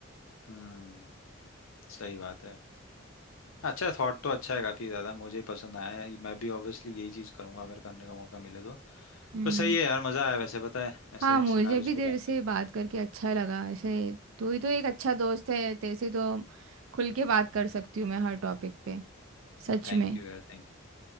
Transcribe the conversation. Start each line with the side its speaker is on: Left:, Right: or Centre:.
Left: हम्म सही बात है अच्छा थॉट तो अच्छा है काफी ज्यादा मुझे पसंद आया है मैं भी ऑब्वियसली यही चीज करूंगा अगर करने का मौका मिले तो
Right: हम्म
Left: पर सही है यार मजा आया वैसे पता है
Right: हाँ
Left: ऐसे
Right: मुझे
Left: सिनारियोस
Right: भी तेरे
Left: पे बात
Right: से बात करके अच्छा लगा ऐसे
Left: कर
Right: तू ही तो एक अच्छा दोस्त है तेरे से तो खुल के बात कर सकती हूँ मैं हर टॉपिक पे सच
Left: थैंक
Right: में
Left: यू यार थैंक यू